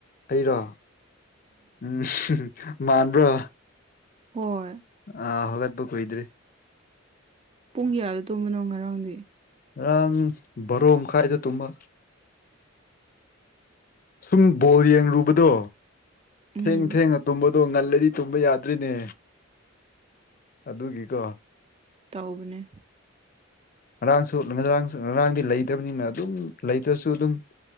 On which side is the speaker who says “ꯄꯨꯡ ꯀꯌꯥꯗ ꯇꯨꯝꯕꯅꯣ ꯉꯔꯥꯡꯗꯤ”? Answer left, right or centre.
Right